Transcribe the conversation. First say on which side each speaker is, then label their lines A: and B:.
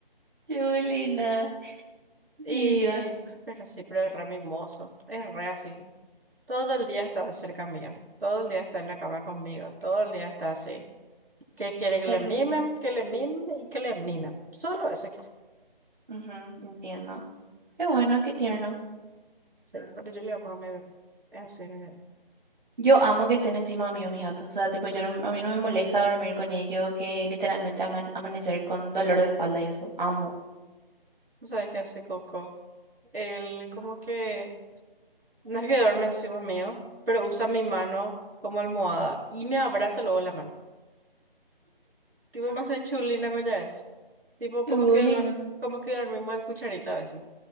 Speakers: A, on the right (about 55°); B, on the right (about 85°).
A: Julina, mi
B: Y,
A: vida,
B: pero sí, pero es re mimoso, es re así. Todo el día está cerca mía, todo el día está en la cama conmigo, todo el día está así. Que quiere que
A: te
B: le
A: requiero.
B: mimen, que le mimen y que le mimen. Solo eso. quiere.
A: Ujú, ujú, entiendo. Qué bueno, qué tierno.
B: Sí, pero yo le amo a mi bebé. Es así, mi bebé.
A: Yo amo que estén encima mío mis gatos. O sea, tipo, yo no- a mí no me molesta dormir con ellos, que literalmente aman- amanecer con dolor de espalda y eso. Amo.
B: Tú sabes qué hace Coco? Él como que, no es que duerme encima mío, pero usa mi mano como almohada y me abraza luego la mano. Tipo, me hace chulina, ¿no? ya es. Tipo,
A: Julina.
B: como que, duer- como que dormimos en cucharita a veces.